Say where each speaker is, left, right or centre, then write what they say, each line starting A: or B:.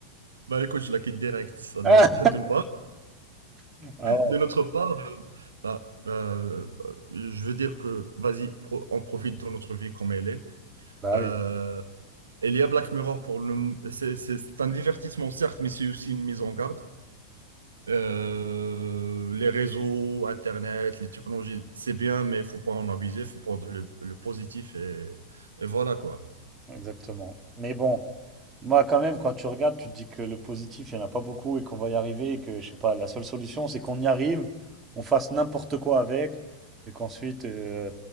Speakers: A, on the right; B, on the right.
A: Bah écoute, je la quitte direct, ça déjà,
B: Ah,
A: <laughs> d'une part.
B: <laughs> Ah ouais,
A: De notre part, Bah, euh, je veux dire que, vas-y, pro- on profite de notre vie comme elle est.
B: bah
A: Euh,
B: oui,
A: il y a Black Mirror pour le... C'est c'est- c'est un divertissement, certes, mais c'est aussi une mise en garde. Euh, les réseaux, Internet, les technologies, c'est bien, mais il faut pas en abuser, il faut prendre le, le positif et, et voilà, quoi.
B: exactement. Mais bon, moi, quand même, quand tu regardes, tu te dis que le positif, il n'y en a pas beaucoup et qu'on va y arriver et que, je sais pas, la seule solution, c'est qu'on y arrive, on fasse n'importe quoi avec et qu'ensuite, euh,